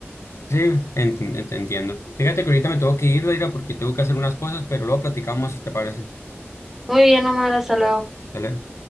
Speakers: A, on the left (about 75°); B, in the centre.
A: Sí, ent- ent- entiendo. Fíjate que ahorita me tengo que ir, Daira, porque tengo que hacer unas cosas, pero luego platicamos si te parece.
B: Muy bien, Omar, hasta luego.
A: ¿vale?